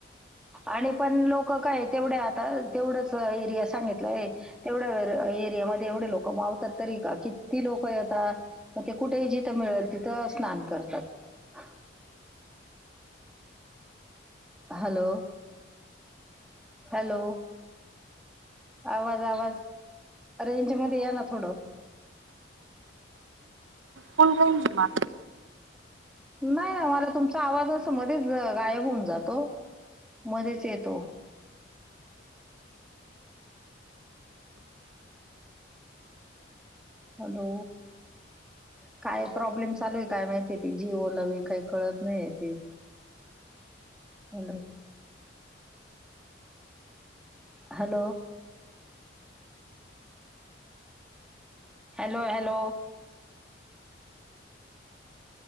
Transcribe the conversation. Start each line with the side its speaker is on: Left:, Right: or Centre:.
Centre: आणि पण लोक काय तेवढ्या आता तेवढंच एरिया सांगितलं आहे तेवढ्या एरिया. एरियामध्ये एवढे लोक मावतात तरी का किती लोक येतात मग ते कुठेही जिथं मिळेल तिथं स्नान करतात ह हॅलो हॅलो आवाज आवाज रेंज मध्ये या ना थोड रेंज मधेच आहे
Right: फुल रेंज आहे ना
Centre: नाही ना मला तुमचा आवाज अस मध्येच गायब होऊन जातो मध्येच येतो हॅलो काय प्रॉब्लेम चालूय काय माहितीय ती जिओला व काही कळत नाही त हॅलो हॅलो हॅलो हॅलो